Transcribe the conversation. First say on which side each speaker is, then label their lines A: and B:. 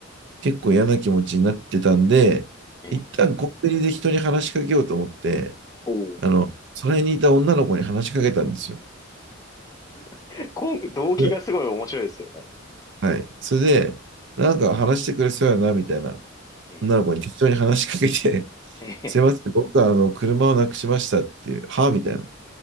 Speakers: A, on the right; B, on the left.
A: 結構嫌な気持ちになってたんで、
B: ん。え、
A: 一旦コンビニで人に話しかけようと思って、
B: おお。
A: あの、その辺にいた女の子に話しかけたんですよ。
B: <laughs> こん、動機がすごい面白いですけどね。
A: ではい。それで、なんか話してくれそうやな、みたいな。
B: え、
A: 女の子に適当に話しかけて、<laughs>
B: え、え
A: すいません、僕はあの、車をなくしましたっていう、はあみたいな。